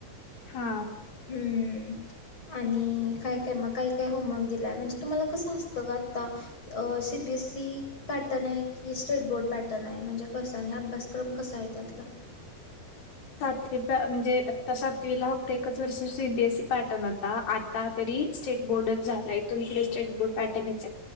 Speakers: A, on the left; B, on the left.
A: हा
B: ह् आणि काय काय मग काय काय होमवर्क दिलाय म्हणजे तुम्हाला कसं असतं ग आता सीबीएससई पॅटर्न आहे कि स्टेट बोर्ड पॅटर्न आहे म्हणजे कसा आणि अभ्यासक्रम कसा आहे त्यातला
A: सातवी म्हणजे आता सातवीला फक्त एकच वर्षा सीबीएसई पॅटर्न होता आता तरी स्टेट बोर्डच झाला इथून पुढे स्टेट बोर्ड पॅटर्नच